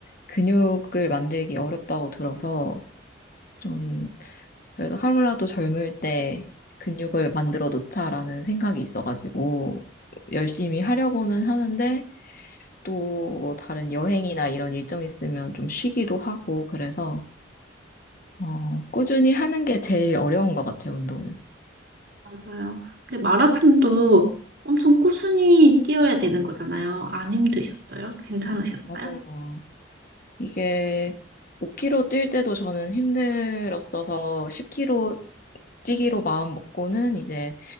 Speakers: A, on the left (about 45°); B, on the right (about 55°).
A: 근육을 만들기 어렵다고 들어서, 좀, 그래도 하루라도 젊을 때 근육을 만들어 놓자라는 생각이 있어가지고, 열심히 하려고는 하는데, 또 뭐 다른 여행이나 이런 일정 있으면 좀 쉬기도 하고, 그래서, 어, 꾸준히 하는 게 제일 어려운 것 같아요, 운동은.
B: 맞아요. 근데 마라톤도 엄청 꾸준히 뛰어야 되는 거잖아요. 안 힘드셨어요? 괜찮으셨어요?
A: 음, 맞아요. 이게 5km 뛸 때도 저는 힘들었어서 10km 뛰기로 마음 먹고는 이제